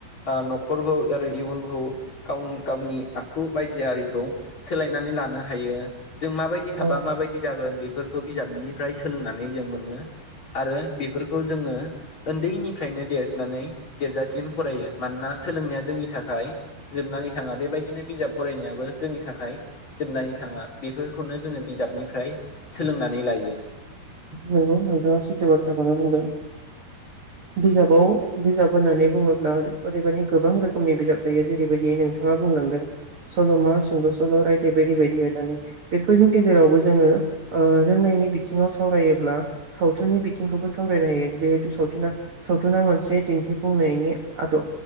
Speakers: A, on the left; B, on the right.
A: आ नखरखौ आरो इयुनखौ गाव गावनि आखु बायदि आरिखौ सोलायनानै लानो हायो जों माबायदि बा
B: औ
A: माबायदि जागोन? बेफोरखौ बिजाबनिफ्राय सोलोंनानै जों मोनो आरो बेफोरखौ जोङो ओन्दैनिफ्रायनो देरनानै देरजासिम फरायो मानोना सोलोंनाया जोंनि थाखाय जोबनानै थाङा बेबायदिनो बिजाब फरायनायाबो जोंनि थाखाय जोबनानै थाङा बेफोरखौनो जोङो बिजाबनिफ्राय सोलोंनानै लायो।
B: नंगौ नोंथाङा सैथो बाथ्राखौना बुंदों। बिजाबाव बिजाब होननानै बुङोब्ला अदे अदेबानि गोबां रोखोमनि बिजाब थायो जेरैबायदि नोंथाङा बुंलांदों सल'मा सुंद' सल' रायथाइ बायदि बायदि होननानै बेफोरनि गेजेरावबो जोङो ओ रोंनायनि बिथिङाव सावरायोब्ला सावथुननि बिथिंखौबो सावरायलायो जिहेथु सावथना सावथुना मोनसे दिन्थिफुंनायनि आदब